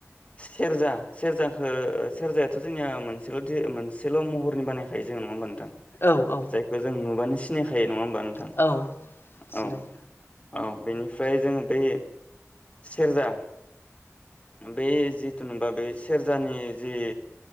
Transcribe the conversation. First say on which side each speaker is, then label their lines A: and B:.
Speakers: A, on the left (about 25°); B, on the left (about 45°).
A: सेरजा, सेरजाखौ सेरजायाथ' जोंनिया मोनसेल' मोनसेल' महरनि बानायखायो जों नुनो मोनदों
B: औ औ
A: जायखौ जों नुबानो सिनायखायो नङा होमबा नोंथां
B: औ सिनायो
A: औ औ बेनिफ्राय जोङो बै सेरजा बै जिथुुनबा बे सेरजानि जि